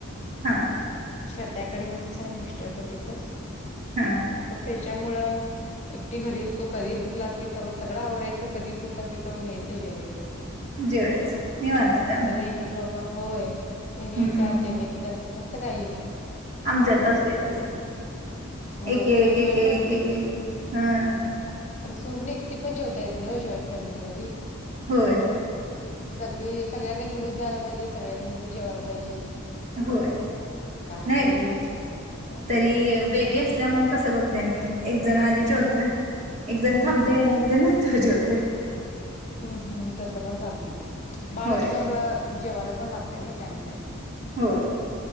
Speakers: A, on the right; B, on the left.
A: हा
B: श्रद्ध्याकाडी मध्येच हाय मिस्टर पण तिथंच
A: हा
B: मग त्याच्यामुळ एकटी घरी असतो कधी भूक लागते तव सगळं आवरायचं कधी भूक लागते तवा घ्यायचं जेवायचं.
A: जेवायच निवांत काम
B: असं नाही की बाबा होय यानी
A: हम्म
B: येत्या आत्यानी येता त तसं काही नाही.
A: आमच्यात असतय तस
B: होय,
A: एक एक
B: तो
A: एक
B: जॉईंट
A: एक
B: फॅमिली
A: एक एक हं
B: आणि सोडून एकटी पण जेवता येत नाहीे ओ जॉईंट फॅमिली मधी
A: होय.
B: सगळी सगळ्यांनी घेऊनच जायला पाहिजे सगळ्यांनी घेऊनच जेवायला पाहिजे.
A: होय
B: काय-काय
A: नाही
B: लई रूल्स असतात. हं,
A: तरी बेबी असल्यामुळे तस करतोय आम्ही एक जण आधी जेवतोय
B: हं,
A: एक जण
B: हं,
A: थांबतोय
B: हं,
A: आणि एक जण नंतर जेवत होतोय.
B: हम्म, हम्म तस पण चालते की बाळ
A: होय
B: असल्यामुळं जेवायला पण लागतय नाही टाईम, टाईम
A: हो.